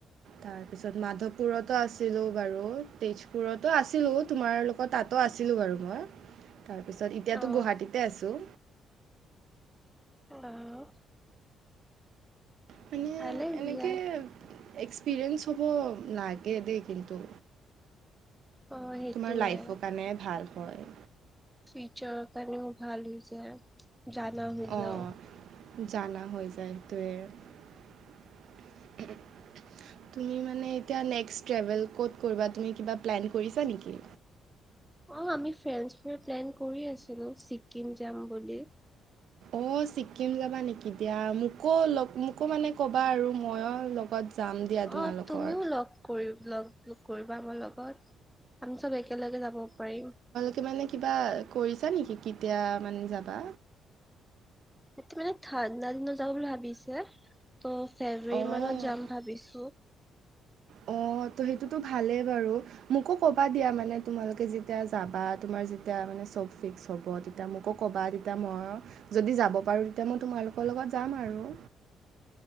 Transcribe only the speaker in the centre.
অ
হেল্লো!
ভালে
দিয়া
অ সেইটোয়ে
ফিউচাৰৰ কাৰণেও ভাল হৈ যায় জানা হৈ
যাওঁ।
অহ আমি ফ্ৰেণ্ডচবোৰ প্লেন কৰি আছিলো ছিকিম যাম বুলি।
অ তুমিও লগ কৰি লগ কৰিবা মোৰ লগত আমি চব একেলগে যাব পাৰিম।
সেইটো মানে ঠাণ্ডা দিনত যাবো বুলি ভাবিছে তো' ফেব্ৰুৱাৰী
মানত যাম ভাবিছো।